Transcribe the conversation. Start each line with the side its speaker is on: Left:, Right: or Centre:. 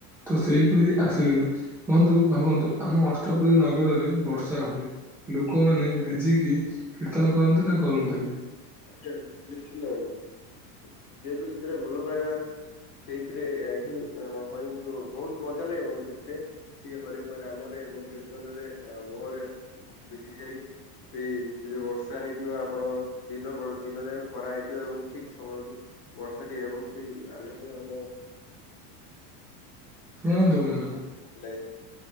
Centre: ତ ସେଇପରି ଆସିଲେନି ବନ୍ଧୁ ଭାବନ୍ତୁ ଆମ ଅଷ୍ଟପରି ନଗରରେ ବର୍ଷା ହୁଏ। ଲୋକୋମାନେ ଭିଜିକି କୀର୍ତ୍ତନ କରନ୍ତି ନା କରନ୍ତିନି?
Left: ଆଜ୍ଞା ନିଶ୍ଚିନ୍ତ ହୁଅନ୍ତି ଯେହେତୁ ସେଥିରେ ଭଲ ପାଇବାକୁ ସେଇଥିରେ ହିଁ ହରିଙ୍କୁ ବୋହୁତ ମଜା ଲାଗେ ବନ୍ଧୁ ସେଥିରେ କି ହରିଙ୍କ ନାମରେ ଏବଂ କୀର୍ତ୍ତନରେ ଏଁ ମୋହୋରେ ଭିଜି ଯାଇ ବି ସେ ଯୋଉ ବର୍ଷା ହେଇଥିବ ଆପଣଙ୍କର ଦିନ ଗଣ ଦିନ ଯାକ ଖରା ହେଇଥିବ ଏବଂ ଠିକ ସମୟକୁ ବର୍ଷାଟି ହେବ ସେଇ ଆନନ୍ଦ ଆମ
Centre: ଶୁଣନ୍ତୁ ବନ୍ଧୁ
Left: <unintelligible>